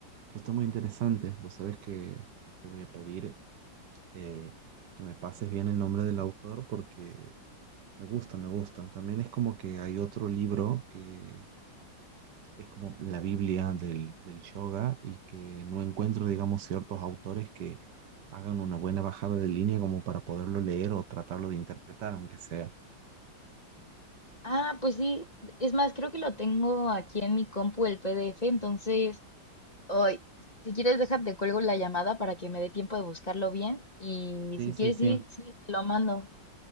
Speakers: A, on the right; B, on the left.
A: Pero está muy interesante, vos sabes que te voy a pedir eh, que me pases bien el nombre del autor porque me gusta, me gusta. También es como que hay otro libro que es como la Biblia del, del yoga y que no encuentro, digamos, ciertos autores que hagan una buena bajada de línea como para poderlo leer o tratarlo de interpretar, aunque sea.
B: Ah, pues sí, es más, creo que lo tengo aquí en mi compu el PDF, entonces, hoy, si quieres, déjate, cuelgo la llamada para que me dé tiempo de buscarlo bien y
A: Sí,
B: si quieres,
A: sí, sí,
B: sí, sí, te lo mando.